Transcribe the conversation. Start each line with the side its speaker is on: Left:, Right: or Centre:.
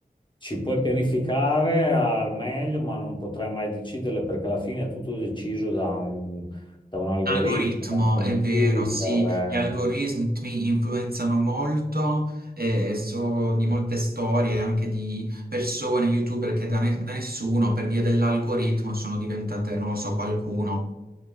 Left: ci puoi pianificare al meglio, ma non potrai mai deciderle perché alla fine è tutto deciso da un, da un algoritmo,
Right: Algoritmo,
Left: da un computer.
Right: è vero, sì, gli algoritmi
Left: eh.
Right: influenzano molto, eh, so di molte storie anche di persone, youtuber che da, ne- da nessuno per via dell'algoritmo sono diventate, non lo so, qualcuno